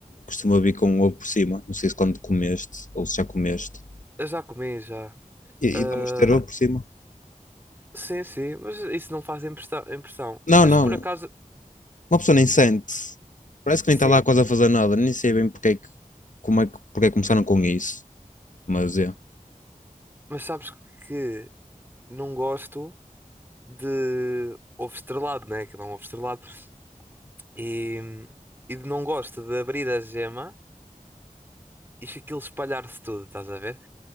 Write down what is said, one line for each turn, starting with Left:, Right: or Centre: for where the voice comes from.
Left: costumam vir com ovo por cima. Não sei se quando comeste ou se já comeste.
Right: Eu já comi, já.
Left: E,
Right: Ah,
Left: e vamos ter ovo por cima.
Right: Sim, sim, mas isso não faz impressa- impressão.
Left: Não,
Right: Mas
Left: não.
Right: por acaso,
Left: Uma pessoa nem sente. Parece que
Right: sim.
Left: nem está lá quase a fazer nada. Nem sei bem porque é que, como é que, porque é que começaram com isso. Mas é.
Right: Mas sabes que não gosto de ovo estrelado, né? Aquilo é um ovo estrelado. E, e não gosto de abrir a gema e aquilo espalhar-se tudo, estás a ver?